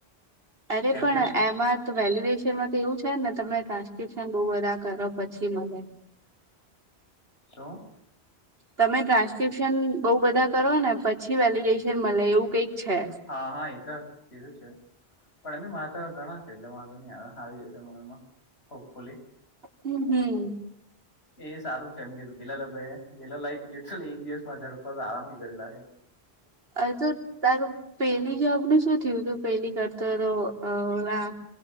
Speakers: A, on the right; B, on the left.
A: અરે
B: કેમ
A: પણ
B: કેમ
A: એમાં તો વેલીડેશનમાં તો એવું છે ને તમે ટ્રાન્સક્રિપ્શન બઉ બધા કરો પછી મલે
B: શું
A: તમે ટ્રાન્સ્ક્રિપ્શન બઉ બધા કરો ને પછી વેલીડેશન મલે એવું કઈક છે
B: હા હા એ તો કીધું છે પણ એમેં મારે તો ઘણા છે એટલે વાંધો નહી આવી જશે મનમાં હોપફુલી
A: હમ હમ
B: એ સારું છે એમ કીધું પેલા લોકો એ પેલા લાઈક લિટરલી એક દિવસ માં હજાર ઉપર આરામથી કરી લખે <inaudible>
A: હજુ તારું પેલી જોબનું શું થયું તું પેલી કરતો હતો ઓલા